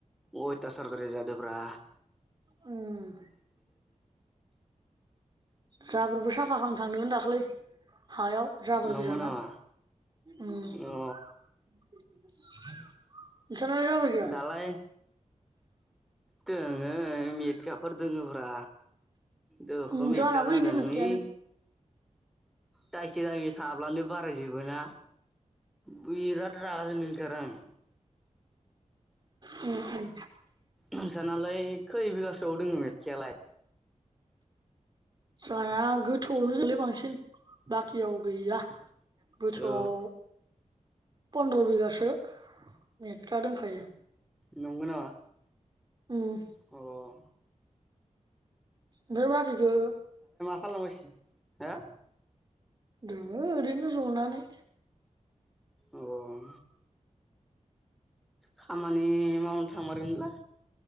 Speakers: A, in the centre; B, on the right (about 35°).
A: अयतासारद्राय जादो ब्रा,
B: उम जाबोरबो साफा खामनो थांदोंमोन दाख्लै हायाव, जाबोर
A: नंगौ
B: गोजाना
A: नामा
B: उम
A: अ
B: <unintelligible> नोंसानालाय जाबोर गैया,
A: दालाय दोङो मेथखाफोर दोङो ब्रा, दोखो
B: उम
A: मेथका
B: जोंहानाबो
A: जादों
B: इनो मेटखायानो
A: इ दायसो जायो थाङाब्लानो बारायजोबो ना बिराद रागा जोंनो ओंखारो आं,
B: उम उम
A: नोंसानालाय खै बिगासोआव दोङो मेटखायालाय
B: जोंङाना गोथौआवनो जोलै बांसिन बाकियाव गैया गोथौआव
A: औ
B: पन्र्दबिगासो मेथका दोंखायो
A: नंगो नामा
B: उम
A: अ
B: ओमफाय बाखिखो
A: खालाम गासिनो हो
B: दोङो ओरैनो जनानै
A: अह खामानि मावनो थांमारगोनब्ला